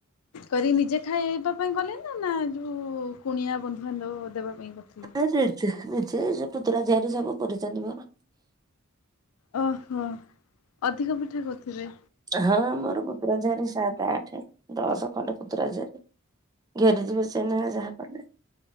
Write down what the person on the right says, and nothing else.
ନିଜେ ନିଜେ ପୁତୁରା ଝିଆରି ସବୁ ପୁରିଛନ୍ତି ମୋର।
ହଁ ମୋର ପୁତୁରା ଝିଅଟି ସାତ ଆଠ। ଦଶ ଖଣ୍ଡେ ପୁତୁର ଝିଆରି ଘେରିଯିବେ ସେଇନା କେ ଯାହା କଲେ।